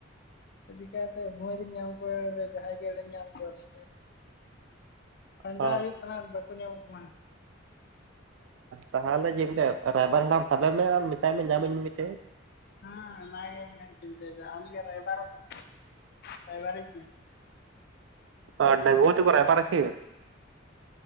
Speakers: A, on the left; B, on the right.
A: ᱪᱤᱠᱟᱛᱮ ᱵᱷᱩᱣᱟᱡ ᱧᱟᱢ ᱠᱚᱣᱟ ᱡᱟᱦᱟᱸᱭ ᱜᱮ ᱮᱲᱮᱢ ᱧᱟᱢ ᱠᱚᱣᱟ ᱥᱮ ᱯᱟᱸᱡᱟ
B: ᱵᱟᱝ?
A: ᱦᱩᱭᱩᱜ ᱠᱟᱱᱟ ᱵᱟᱠᱚ ᱧᱟᱢᱚᱜ ᱠᱟᱱᱟ
B: ᱛᱟᱦᱟᱞᱮ ᱡᱮ <unintelligible> ᱨᱟᱭᱵᱟᱨ ᱦᱟᱲᱟᱢ ᱥᱟᱵᱮ ᱢᱮ ᱟᱨ ᱢᱮᱛᱟᱭ ᱢᱮ ᱧᱟᱢᱟᱹᱧ ᱢᱮ ᱢᱤᱫᱴᱮᱡ
A: ᱦᱮ ᱚᱱᱟ ᱜᱮ ᱤᱧ ᱦᱚᱧ ᱪᱤᱱᱛᱟᱹᱭ ᱮᱫᱟ ᱟᱢ ᱜᱮ ᱨᱟᱭᱵᱟᱨᱚᱜ ᱢᱮ ᱥᱮ ᱨᱟᱭᱵᱟᱨ ᱤᱧ ᱢᱮ
B: ᱚ ᱰᱟᱜᱩᱣᱟᱹ ᱛᱮᱠᱚ ᱨᱟᱭᱵᱟᱨ ᱟᱠᱤ